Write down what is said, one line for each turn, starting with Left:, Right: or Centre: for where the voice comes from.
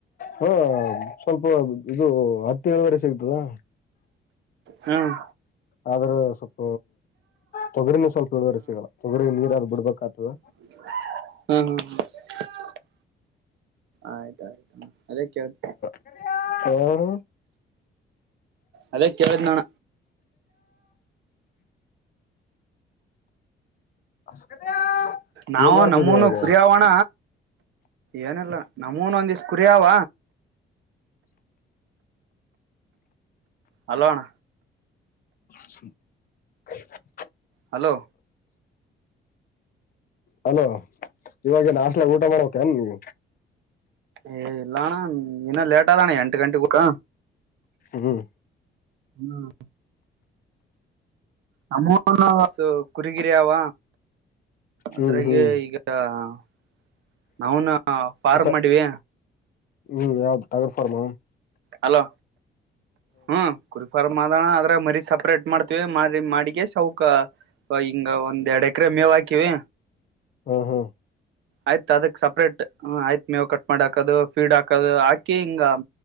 Left: ಹಾ ಸ್ವಲ್ಪ ಇದು ಹತ್ತು ಇಳುವರಿ ಸಿಗ್ತದ.
Right: ಹ್ಮ್
Left: ಆದ್ರ ಸ್ವಲ್ಪ ತೊಗರಿನ ಸ್ವಲ್ಪ ಇಳುವರಿ ಸಿಗಲ್ಲ ತೊಗರಿ ನೀರಾವರ್ ಬಿಡ್ಬೇಕಾತದೆ.
Right: ಹ್ಮ್ ಹ್ಮ್ ಹ್ಮ್ ಆಯ್ತಾಯ್ತು ಅದೇ ಕೇಳ್ತ್
Left: <unintelligible>
Right: ಅದೇ ಕೇಳದ್ನಣ
Left: <unintelligible>
Right: ನಾವು
Left: ಏನ್ ಮಾಡ್ತದೆ
Right: ನಮ್ಮೂನು
Left: ಇವಾಗ
Right: ಕುರಿಯವಣ ಏನಿಲ್ಲ ನಮ್ಮೂನು ಒಂದಿಷ್ಟ್ ಕುರಿಯವ ಹಲೋ ಅಣ್ಣ
Left: <inaudible>
Right: ಹಲೋ
Left: ಹಲೋ ಇವಾಗೇನ್ ಹಾಷ್ಟಲಾಗ ಊಟ ಮಾಡಬೇಕೇನ್ ನೀವು.
Right: ಏಯ್ ಇಲ್ಲಣ್ಣ ಇನ್ನ ಲೇಟಾದಣ್ಣ ಎಂಟು ಗಂಟೆಗ್ ಊಟ.
Left: ಹ್ ಹ್ಮ್
Right: ಹ್ಮ್ ನಮ್ಮೂರ್ ನಾಗ್ ಅವ್ರ್ದು ಕುರಿಗಿರಿ ಅವ ಅದ್ರಾಗೆ
Left: ಹ್ಮ್ ಹ್ಮ್
Right: ಈಗ ನ ನಾವುನ ಫಾರ್ಮ್
Left: ಸ
Right: ಮಾಡಿವಿ.
Left: ಹ್ಮ್ ಯಾವ್ದ್ ಟಗರ್ ಫಾರ್ಮು.
Right: ಹಲೋ ಹ್ಮ್ ಕುರಿಫಾರ ಮಾಡೋಣ ಆದ್ರಗ್ ಮರಿ ಸಪ್ರೇಟ್ ಮಾಡ್ತೀವಿ ಮರಿ ಮಾಡಿಗೆ ಸೌಕ. ಹಿಂಗ ಒಂದ್ ಎರಡ್ ಎಕರೆ ಮೇವ್ ಹಾಕಿವಿ.
Left: ಹಾ ಹಾ
Right: ಆಯ್ತತ್ ಅದಕ್ ಸಪ್ರೇಟ್ ಆಯ್ತ್ ಮೇವು ಕಟ್ ಮಾಡ್ ಹಾಕದು ಫೀಡ್ ಹಾಕದು ಹಾಕಿ ಹಿಂಗ